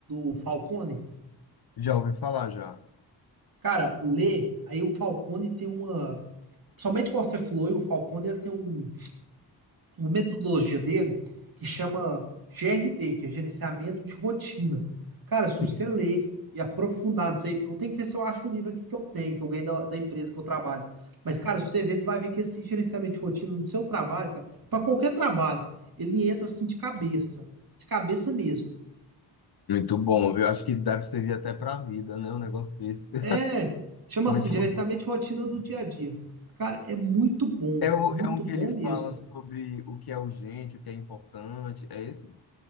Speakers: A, on the right; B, on the left.
A: do Falcone?
B: Já ouvi falar já.
A: Cara, lê, aí o Falcone tem uma. Somente como você falou, e o Falcone ele tem um uma metodologia dele que chama GRD, que é gerenciamento de rotina. Cara,
B: Sim.
A: se você ler e aprofundar nisso aí, eu tenho que ver se eu acho o livro aqui que eu tenho, que eu ganhei da, da empresa que eu trabalho. Mas, cara, se você ver, você vai ver que esse gerenciamento de rotina no seu trabalho, cara, para qualquer trabalho, ele entra assim de cabeça, de cabeça mesmo.
B: Muito bom, viu? Acho que deve servir até para a vida, né? Um negócio desse. <laughs>
A: É, chama
B: Muito
A: assim, gerenciamento
B: bom.
A: de rotina do dia a dia. Cara, é muito bom,
B: É, o,
A: muito
B: é um que
A: bom
B: ele fala
A: mesmo.
B: sobre o que é urgente, o que é importante. É esse?